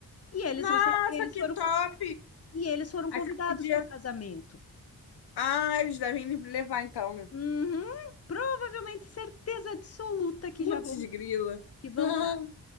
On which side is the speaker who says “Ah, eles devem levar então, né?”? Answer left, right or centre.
Left